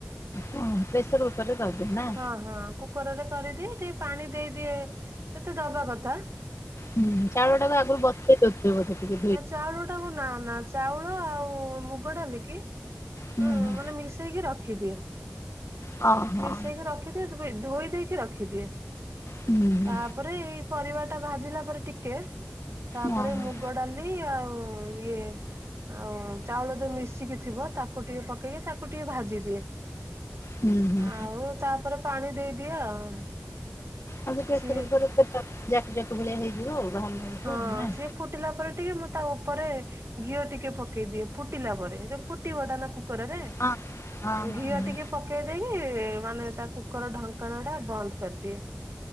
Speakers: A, on the left; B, on the right.
A: ହଁ ପ୍ରେସର କୁକର ରେ କରିଦିଅ ନା?
B: ହଁ ହଁ କୁକରରେ କରିଦିଏ ଟିକେ ପାଣି ଦେଇଦିଏ ଯେତେ ଦବା କଥା
A: ହୁଁ ଚାଉଳ ଟାକୁ ଆଗରୁ ବସେଇ ତଥିବ ବୋଧେ ଟି
B: ନା ଚାଉଳ ଟାକୁ ନା ନା ଚାଉଳ ଆଉ ମୁଗ ଡ଼ାଲି କି ହ
A: ହୁଁ ହୁଁ
B: ମାନେ ମିଶେଇକି ରଖିଦିଏ
A: ହଁ ହଁ
B: ମିଶେଇକି ରଖି ଦିଏ ଧୋଇ ଦେଇକି ରଖିଦିଏ
A: ହୁଁ ହୁଁ
B: ତାପରେ ଏଇ ପରିବା ଟା ଭାଜିଲା ପରେ ଟିକେ ତାପରେ
A: ହଁ ହଁ
B: ମୁ ଡାଲି ଆଉ ଇଏ ଆଉ ଚାଉଳ ଯୋଉ ମିଶିକି ଥିବ ତାକୁ ଟିକେ ପକେଇକି ତାକୁ ଟିକେ ଭାଜିଦିଏ
A: ହୁଁ ହୁଁ।
B: ଆଉ ତାପରେ ପାଣି ଦେଇଦିଏ ଆଉ
A: ହଉ ସେ ଯାକ
B: ସିଏ
A: ଯାକ ଭଳିଆ ହେଇଯିବ ଆଉ ବାହାର ନେଇଇଯିବ
B: ହଁ
A: ଆଉ ନା?
B: ସିଏ ଫୁଟିଲା ପରେ ଟିକେ ମୁଁ ତା ଉପରେ ଘିଅ ଟିକେ ପକେଇ ଦିଏ ଫୁଟିଲା ପରେ ଫୁଟିବଟା ନା କରାଯାଏ
A: ହଁ ହଁ ହଁ
B: ଘିଅ
A: ହଁ।
B: ଟିକେ ପକେଇ ଦେଇକି ମାନେ ତା କୁକୁର ଢଙ୍କଣ ଟା ବନ୍ଦ କରିଦିଏ।